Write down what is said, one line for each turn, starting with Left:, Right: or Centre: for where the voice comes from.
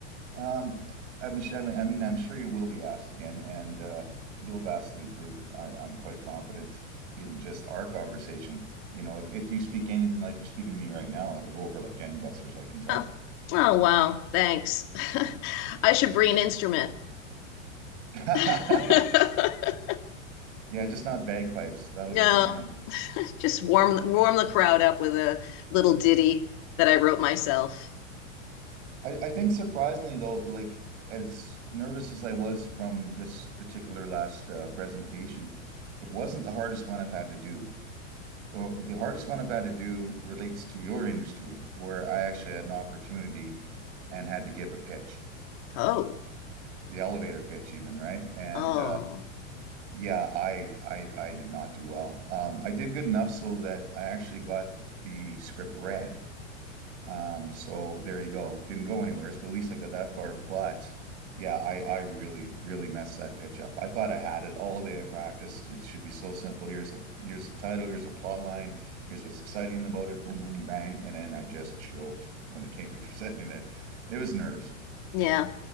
Right: Um, I mean, I mean, I mean, I'm sure you will be asked again, and uh, you'll vastly improve. I, I'm quite confident in just our conversation. You know, if if you speak anything like you're speaking to me right now, it'll go over like gangbusters, I can tell.
Left: Oh, oh wow, thanks. <laughs> I should bring an instrument.
Right: <laughs>
Left: <laughs>
Right: Yeah, just not bagpipes. That'll
Left: no,
Right: get him running.
Left: just warm warm the crowd up with a little ditty that I wrote myself.
Right: I, I think surprisingly though, like as nervous as I was from this particular last uh, presentation, it wasn't the hardest one I've had to do. The, the hardest one I've had to do relates to your industry, where I actually had an opportunity and had to give a pitch,
Left: Oh,
Right: the elevator pitch even, right? And
Left: oh,
Right: uh, yeah, I, I I did not do well. Um, I did good enough so that I actually got the script read Um, so there you go. Didn't go anywhere, but at least I got that far. But yeah, I I really really messed that pitch up. I thought I had it all day. I practiced. It should be so simple. Here's the here's the title. Here's the plot line. Here's what's exciting about it. Boom boom bang, and then I just choked when it came to <laughs> presenting it. It was nerves.
Left: yeah.